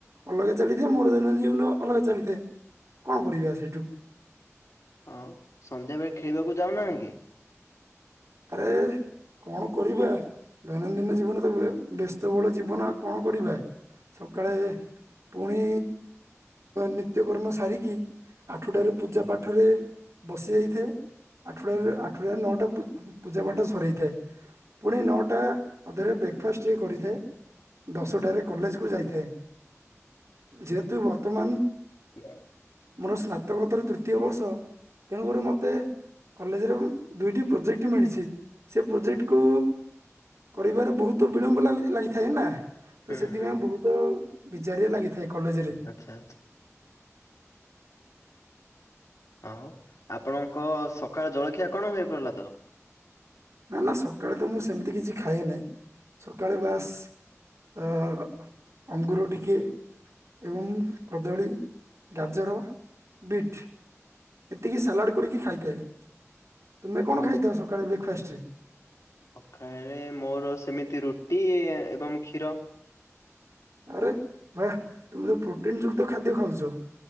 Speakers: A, on the right; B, on the left.
A: ଅଲଗା ଚାଲିଥାଏ ମୋର ଦୈନଦିନ ଜୀବନ ଅଲଗା ଚାଲିଥାଏ କଣ କରିବା ସେଇଠୁ?
B: ହଁ ସନ୍ଧ୍ୟା ବେଳେ ଖେଳିବାକୁ ଯାଉନା କି?
A: ଆରେ କଣ କରିବା ଦୈନନ୍ଦିନ ଜୀବନ ତ ବ୍ୟସ୍ତବହୁଳ ଜୀବନ ଆଉ କଣ କରିବା? ସକାଳେ ପୁଣି ନିତ୍ୟକର୍ମ ସାରିକି ଆଠଟାରେ ପୂଜା ପାଠରେ ବସି ଯାଇଥାଏ ଆଠଟ
B: ହୁଁ
A: ଆଠଟା ନଅଟା ପୂଜା ପାଠ ସରାଇଥାଏ ପୁଣି ନଅଟା ଅଧରେ ବ୍ରେକ୍ ଫାଷ୍ଟ୍ ଟିକେ କରିଥାଏ। ଦଶଟାରେ କଲେଜ କୁ ଯାଇଥାଏ ଯେହେତୁ ବର୍ତ୍ତମାନ
B: ହ
A: ମୋର ସ୍ନାତକୋତର ତୃତୀୟ ବର୍ଷ ତେଣୁକରି ମୋତେ କଲେଜରେ ଦୁଇଟି ପ୍ରୋଜେକ୍ଟ କ୍ଟ ମିଳିଛି। ସେ ପ୍ରୋଜେକ୍ଟକୁ କରିବାରେ ବହୁତ ବିଳମ୍ବ ଲାଗୁଚି ଲାଗିଥାଏ ନା। ତ
B: ହୁଁ
A: ସେଥିପାଇଁ
B: ହୁଁ।
A: ବହୁତ ବିଜାରିଆ ଲାଗିଥାଏ କଲେଜ ରେ।
B: ଆଛା ଆଛା। ହ ଆପଣଙ୍କ ସକାଳ ଜଳଖିଆ କଣ ହୁଏ ପ୍ରହ୍ଲାଦର?
A: ନା ନା ସକାଳେ ତ ମୁଁ ସେମିତି କିଛି ଖାଏ ନାହିଁ ସକାଳେ ବାସ୍ ଅ ଅଙ୍ଗୁର ଟିକେ ଏବଂ କଦଳୀ ଗାଜର ବିଟ୍। ଏତିକି ସାଲାଡ଼ କରିକି ଖାଇଥାଏ। ତୁମେ କଣ
B: ମୋ
A: ଖାଇଥାଅ ସକାଳେ ବ୍ରେକ୍ଫାଷ୍ଟରେ?
B: ସକାଳେ ମୋର ସେମିତି ରୁଟି ଏବଂ କ୍ଷୀର।
A: ଆରେ ବାଃ ତୁମେ ତ ପ୍ରୋଟିନ ଯୁକ୍ତ ଖାଦ୍ୟ ଖାଉଛ।